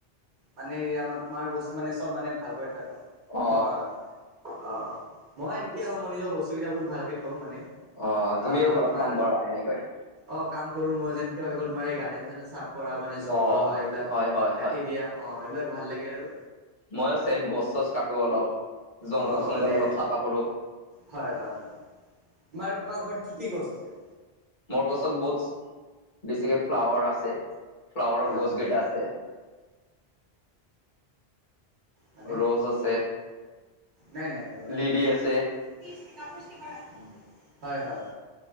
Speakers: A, on the right; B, on the left.
A: মানে <unintelligible> তোমাৰ বস্তু মানে চব মানে ভাল কৰি থৈ হক,
B: অ
A: থোৱা মানে অ'। মই এনেকেই হওঁ মই নিজৰ বস্তুকেইটা বহুত ভালকে থওঁ মানে।
B: অ'
A: আহ
B: তুমিও ঘৰত
A: তোমাৰ
B: কাম কৰা এনেকৈ।
A: অ' কাম কৰোঁ মই যেনকে হৈ গ'ল তোমাৰ এই গাৰ্ডেন গাৰ্ডেন চাফ পৰা মানে জংঘল
B: অ
A: হোৱা এইবিলাক
B: হয় হয়
A: কাটি
B: হয়
A: দিয়া অ' এইবিলাক ভাল লাগে আৰু।
B: মইও ছেম গছ চছ কাটোঁ অলপ। জংঘল
A: অ'
B: চংঘল
A: মানে
B: অলপ চাফা কৰো।
A: হয় হয়, তোমাৰ তোমাৰ ঘৰত কি কি গছ আছে?
B: মোৰ গছত বহুত বেছিকে ফ্লাৱাৰ আছে, ফ্লাৱাৰৰ
A: হয়
B: গছ
A: হয়
B: কেইটা আছে।
A: মানে।
B: ৰ'জ আছে,
A: নাই নাই নাই নাই
B: লিলি আছে।
A: এইবিলাক, হয় হয়।